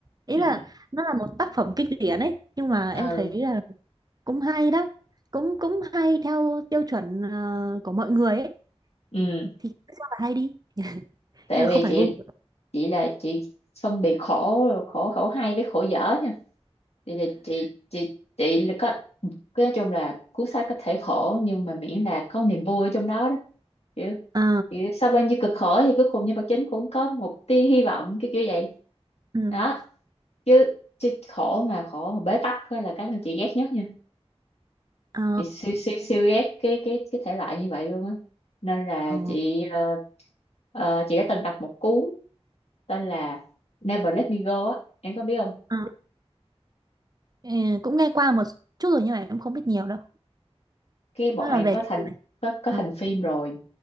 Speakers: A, on the right; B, on the left.
A: ý
B: ừ
A: là nó là một tác phẩm kinh điển ấy nhưng mà
B: ừ,
A: em thấy là cũng hay đó cũng cũng hay theo tiêu chuẩn ờ, của mọi người ấy
B: ừ.
A: thì cứ cho là hay đi
B: tại
A: nhưng mà
B: vì
A: không phải
B: chị
A: gu
B: chị là chị phân biệt khổ khổ khổ hay với khổ dở nha thì, thì chị chị chị là có cái nói chung là cuốn sách có thể khổ nhưng mà miễn là có niềm vui ở trong đó đó kiểu,
A: ờ
B: kiểu sau bao nhiêu cực khổ thì cuối cùng nhân vật chính cũng có một tia hy vọng cái kiểu vậy
A: ừ.
B: đó chứ chứ khổ mà khổ mà bế tắc á là cái mà chị ghét nhất nha
A: ờ
B: chị siêu siêu siêu ghét cái cái cái thể loại như vậy luôn á nên là
A: ờ
B: chị ờ, ờ, chị đã từng đọc một cuốn tên là Never Let Me Go á em có biết không
A: ờ. Ừ, cũng nghe qua một chút rồi nhưng mà em không biết nhiều đâu
B: cái bọn
A: nó là
B: này
A: về
B: có
A: cái
B: thành
A: gì vậy
B: có có
A: ờ
B: thành phim rồi